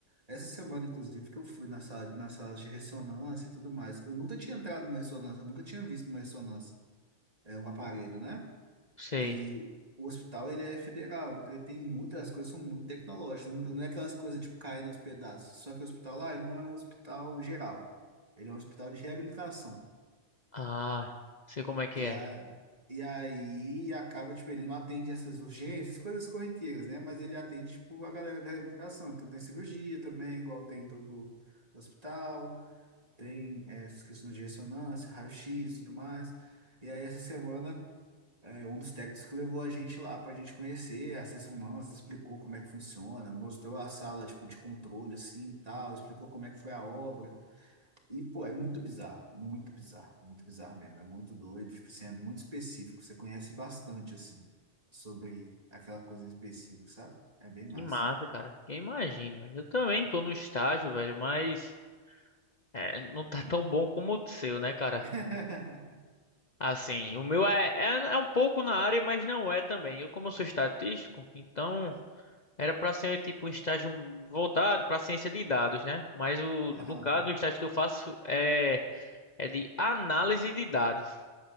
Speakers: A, on the right; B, on the left.
A: Essa semana, inclusive, que eu fui na sala, na sala de ressonância e tudo mais. Eu nunca tinha entrado numa ressonância, eu nunca tinha visto uma ressonância. É um aparelho, né?
B: sei.
A: E o hospital, ele é federal, então ele tem muitas, as coisas são muito tecnológicas. Não, não é aquelas coisas, tipo, caindo aos pedaços. Só que o hospital lá, ele não é um hospital geral. Ele é um hospital de reabilitação.
B: Ah, sei como é que
A: E,
B: é.
A: a, e aí acaba, tipo, ele não atende essas urgências, coisas corriqueiras, né? Mas ele atende, tipo, a galera da reabilitação. Então tem cirurgia também, igual tem em todo hospital, tem eh, essas questões de ressonância, raio-x e tudo mais. E aí essa semana, eh, um dos técnicos que levou a gente lá pra gente conhecer as ressonâncias, explicou como é que funciona, mostrou a sala, tipo, de controle, assim, e tal, explicou como é que foi a obra. E, pô, é muito bizarro, muito bizarro, muito bizarro mesmo. É muito doido, tipo assim, é muito específico. Você conhece bastante, assim, sobre aquela coisa específica, sabe? É bem massa.
B: Que massa, cara. Que eu imagino, velho. Eu também tô no estágio, velho, mas é, não tá tão bom como o seu, né, cara?
A: <laughs>
B: Assim, o meu é, é, é um pouco na área, mas não é também. Eu, como eu sou estatístico, então era pra ser tipo um estágio voltado pra ciência de dados, né? Mas o,
A: Aham,
B: no caso, o estágio que eu faço é, é de análise de dados.